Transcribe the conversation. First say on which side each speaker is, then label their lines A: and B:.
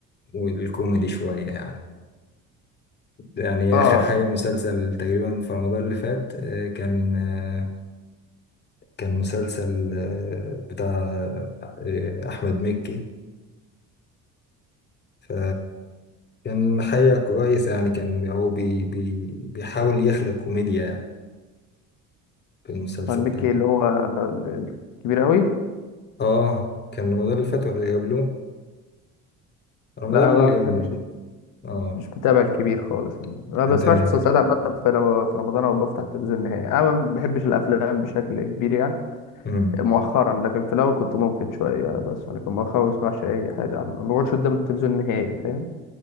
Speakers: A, on the left; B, on the left.
A: والكوميدي شوية يعني يعني
B: اه
A: آخر حاجة مسلسل تقريبا في رمضان اللي فات آه كان آه كان مسلسل آه بتاع آه أحمد مكي ف كان حاجة كويسة يعني كان هو بي بي بيحاول يخلق كوميديا يعني في المسلسل
B: فان مكي
A: ده
B: اللي هو ال- ال- الكبير قوي
A: اه كان رمضان اللي فات ولا اللي قبله رمضان
B: لا أنا
A: اللي
B: ما بحبش
A: قبله اه
B: مش بتابع الكبير خالص يعني ما بسمعش
A: إيه، تمام
B: مسلسلات عامة في في رمضان أو بفتح التلفزيون نهائي أنا ما بحبش الأفلام بشكل كبير يعني
A: امم
B: مؤخرا لكن في الاول كنت ممكن شويه بس لكن مؤخرا ما بسمعش اي حاجه عم ما بقعدش قدام التلفزيون نهائي فاهم